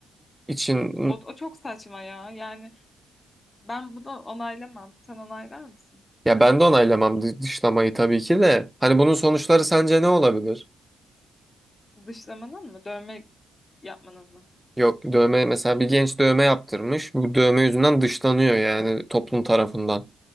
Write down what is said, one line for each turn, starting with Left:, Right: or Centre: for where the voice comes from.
Centre: için
Left: O, o çok saçma ya. Yani Ben bunu onaylamam. Sen onaylar mısın?
Centre: ya ben de onaylamam dış- dışlamayı tabii ki de. Hani bunun sonuçları sence ne olabilir?
Left: Dışlamanın mı? Dövme yapmanın mı?
Centre: Yok dövme mesela bir genç dövme yaptırmış. Bu dövme yüzünden dışlanıyor yani toplum tarafından.